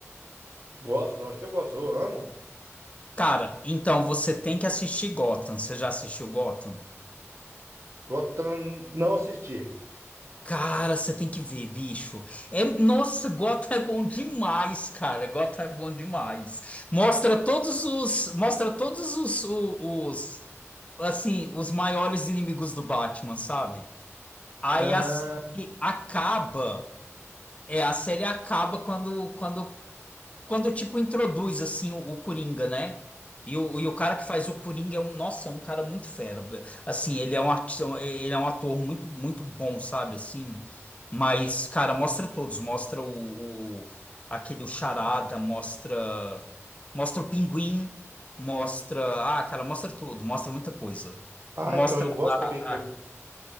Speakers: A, on the right; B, on the left.
A: gosto, lógico que eu gosto, eu amo.
B: Cara, então você tem que assistir Gotham. Você já assistiu Gotham?
A: Gotham não assisti.
B: Cara, você tem que ver, bicho. É, nossa, Gotham é bom demais, cara. Gotham é bom demais. Mostra todos os, mostra todos os, o- os, assim, os maiores inimigos do Batman, sabe? Aí
A: Ah,
B: a série acaba, é, a série acaba quando, quando quando tipo introduz assim o, o Coringa, né? E o, e o cara que faz o Coringa é um, nossa, é um cara muito fera. Assim, ele é um artista, ele é um ator muito muito bom, sabe? Assim, mas cara, mostra todos, mostra o, o- aquele o Charada, mostra mostra o Pinguim, mostra, ah, cara, mostra tudo, mostra muita coisa.
A: ah,
B: Mostra
A: então eu gosto
B: a,
A: também, eu,
B: a-